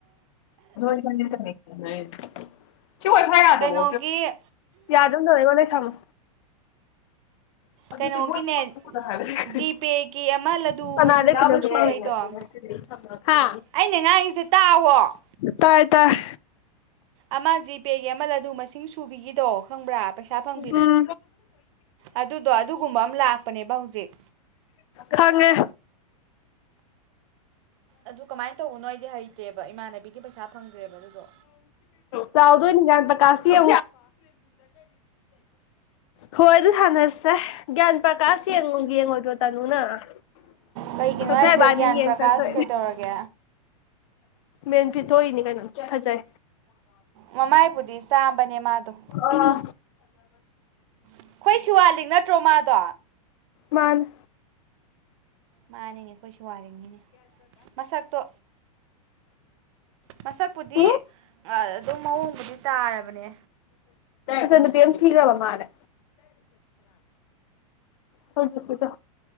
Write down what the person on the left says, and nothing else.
<unintelligible> ꯁꯤ ꯑꯣꯏꯣꯏꯥ ꯌꯥꯗꯦꯕꯣ
ꯌꯥꯗꯧꯗꯣ ꯂꯩꯉꯣꯟ ꯅ ꯊꯝꯃꯣ <unintelligible>
ꯍꯥ
ꯇꯥꯏ ꯇꯥꯏ
ꯎꯝ
ꯈꯪꯉꯦ꯫
ꯆꯥꯎꯗꯅꯤ ꯌꯥ ꯄꯀꯥꯥꯁ ꯍꯣꯏ ꯑꯗꯨ ꯁꯥꯟꯅꯁꯦ ꯒ꯭ꯌꯥꯟ ꯄ꯭ꯔꯀꯥꯁ ꯌꯦꯡꯉ ꯌꯦꯡꯉꯣꯏꯗꯣ ꯇꯥꯅꯨ ꯅꯪ
ꯁꯥꯏ ꯅꯤ
ꯌꯦ
ꯆꯁ
ꯃꯦꯟ ꯄꯤꯊꯣꯛꯏꯅꯤ ꯀꯩꯅꯣꯝ ꯐꯖꯩ
ꯑꯅ
ꯃꯥꯅ
ꯎꯝ
ꯆꯟ ꯄꯦꯝꯔꯃꯝ ꯃꯥꯅꯦ꯫ ꯍꯧꯗ